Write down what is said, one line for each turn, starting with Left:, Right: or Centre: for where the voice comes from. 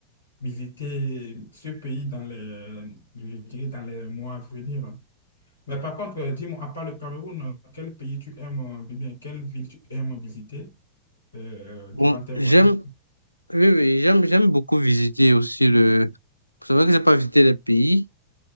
Left: visiter ce pays dans les, je dirais dans les mois à venir. Mais par contre, euh, dis-moi, à part le Cameroun, euh, quel pays tu aimes, euh, bien, quelle ville tu aimes visiter euh,
Right: Bon,
Left: durant tes
Right: j'aime
Left: voyages?
Right: Oui, oui, j'aime, j'aime beaucoup visiter aussi le... C'est vrai que j'ai pas visité les pays,